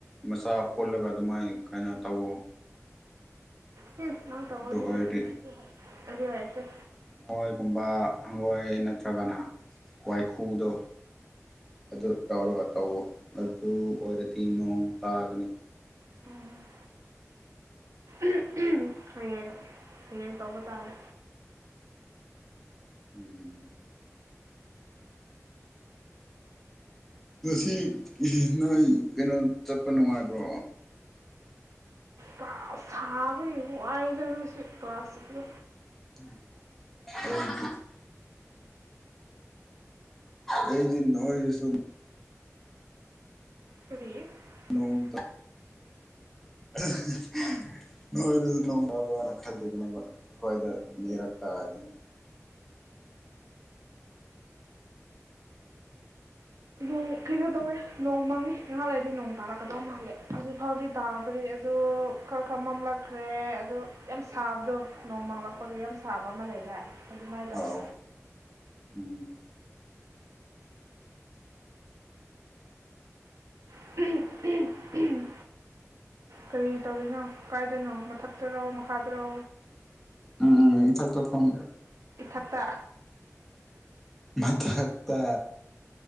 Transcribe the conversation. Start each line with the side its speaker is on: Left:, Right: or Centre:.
Centre: ꯃꯆꯥ ꯄꯨꯜꯂꯒ ꯑꯗꯨꯃꯥꯏ ꯀꯩꯅꯣ ꯇꯧꯋꯣ
Right: ꯍꯤ ꯅꯪ ꯇ‌‌ꯧꯑꯣ
Centre: ꯑꯗꯨ
Right: ꯑꯗꯨꯗꯤ
Centre: ꯑꯣꯏꯔꯗꯤ
Right: ꯑꯩꯗꯤ ꯍꯩ ꯑꯩꯗꯤ ꯍꯩꯇ‌ꯦ
Centre: ꯍꯪꯉ‌ꯣꯏꯀꯨꯝꯕ ꯍꯪꯉ‌ꯣꯏ ꯅꯠꯇ꯭ꯔꯒꯅ ꯋꯥꯏꯈꯨꯗꯣ ꯑꯗꯨ ꯇꯧꯔꯒ ꯇꯧꯋꯣ ꯑꯗꯨ ꯑꯣꯏꯔꯗꯤ ꯅꯣꯡ ꯇꯥꯒꯅꯤ
Right: ꯎꯝ <unintelligible> ꯍꯌꯦꯡ ꯍꯌꯦꯡ ꯇꯧꯕ ꯇꯥꯔꯦ
Centre: ꯎꯝ ꯉꯁꯤ ꯒꯤ ꯅꯣꯏ ꯀꯩꯅꯣ ꯆꯠꯄ ꯅꯨꯡꯉꯥꯏꯕ꯭ꯔꯣ
Right: ꯀ꯭ꯂꯥꯁ ꯁꯥꯕꯒꯤ ꯋꯥꯏꯗ ꯉꯁꯤ ꯀ꯭ꯂꯥꯁ ꯆꯠꯄꯗꯣ
Centre: <unintelligible> ꯑꯗꯨꯗꯤ ꯑꯩꯗꯤ ꯅꯣꯏꯗ ꯁꯨꯝ
Right: ꯀꯔꯤ
Centre: ꯅꯣꯡ
Right: <inaudible>
Centre: <unintelligible> ꯅꯣꯏꯗꯁꯨ ꯅꯣꯡ ꯇꯕꯔꯅ ꯈꯜꯂꯤꯕꯅꯦꯕ ꯑꯩꯈꯣꯏꯗ ꯅꯅꯤꯔꯛꯇꯥꯏꯅ
Right: ꯎꯝ ꯀꯩꯅꯣ ꯇꯧꯋꯦ ꯅꯣꯡ ꯃꯪꯉꯤ ꯉꯥꯏꯍꯥꯛ ꯂꯩꯏꯗꯤ ꯅꯣꯡ ꯇꯥꯔꯛꯀꯗꯧ ꯃꯥꯜꯂꯦ ꯍꯧꯖꯤꯛ ꯐꯥꯎꯗꯤ ꯇꯥꯗꯣꯔꯤ ꯑꯗꯨ ꯈꯔ ꯈꯔ ꯃꯝꯂꯛꯈ꯭ꯔꯦ ꯑꯗꯨ ꯌꯥꯝ ꯁꯥꯕꯗꯣ ꯅꯣꯡ ꯃꯪꯂꯛꯄꯒꯤ ꯌꯥꯝ ꯁꯥꯕ ꯑꯃ ꯂꯩꯗꯥꯏ ꯑꯗꯨꯃꯥꯏꯅ ꯇꯧꯋꯦ
Centre: ꯑꯧ ꯎꯝ
Right: ꯎꯝ ꯎꯍꯝ ꯎꯍꯝ ꯀꯔꯤ ꯇꯧꯔꯤꯅꯣ ꯀꯥꯏꯗꯅꯣ ꯃꯊꯛꯇꯔꯣ ꯃꯈꯥꯗꯔꯣ
Centre: ꯎꯝ ꯎꯝ ꯏꯊꯛꯇ ꯐꯝ
Right: ꯏꯊꯛꯇ
Centre: ꯃꯊꯛꯇ